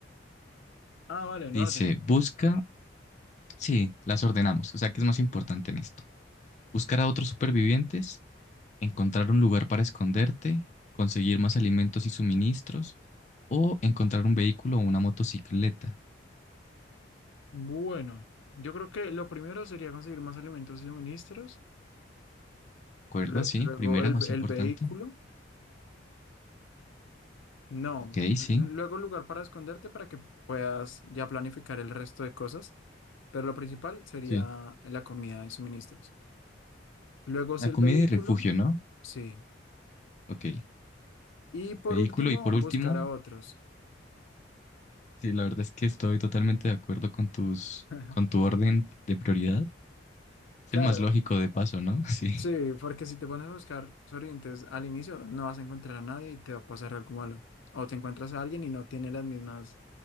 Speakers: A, on the left; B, on the left.
A: Ah, vale, en
B: Dice,
A: orden.
B: busca... Sí, las ordenamos, o sea ¿qué es más importante en esto. Buscar a otros supervivientes, encontrar un lugar para esconderte, conseguir más alimentos y suministros, o encontrar un vehículo o una motocicleta.
A: Bueno, yo creo que lo primero sería conseguir más alimentos y suministros.
B: ¿De acuerdo?
A: lue-
B: Sí,
A: Luego
B: primera,
A: el,
B: más
A: el
B: importante.
A: vehículo. No.
B: Ok,
A: Luego
B: sí.
A: lugar para esconderte para que puedas ya planificar el resto de cosas. Pero lo principal sería
B: Sí.
A: la comida y suministros. Luego sí
B: La
A: el
B: comida
A: vehículo.
B: y refugio, ¿no?
A: Sí.
B: Ok.
A: Y por
B: Vehículo
A: último,
B: y por
A: buscar
B: último,
A: a otros.
B: sí, la verdad es que estoy totalmente de acuerdo con tus,
A: <laughs>
B: con tu orden de prioridad. Es
A: Claro,
B: el más lógico de paso, ¿no? <laughs> Sí.
A: Sí, porque si te pones a buscar sobrevivientes al inicio, no vas a encontrar a nadie y te va a pasar algo malo. O te encuentras a alguien y no tiene las mismas